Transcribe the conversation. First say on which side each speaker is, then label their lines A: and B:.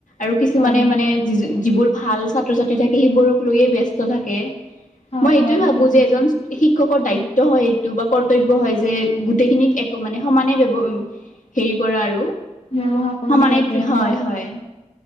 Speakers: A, on the left; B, on the left.
A: আৰু কিছুমানে
B: হয়
A: মানে- যি যিবোৰ ভাল ছাত্ৰ ছাত্ৰী থাকে সেইবোৰক লৈয়ে ব্যস্ত থাকে।
B: হয়
A: মই এইটোৱে
B: হয়
A: ভাবো
B: সেইটোৱে
A: যে এজন শিক্ষকৰ দায়িত্ব হয় এইটো বা কৰ্তব্য হয় যে। গোটেইখিনিক একো মানে সমানে হেৰি কৰে আৰু।
B: ব্যৱহাৰ কৰিব
A: সমানে
B: লাগে
A: হয়
B: বা
A: হয়।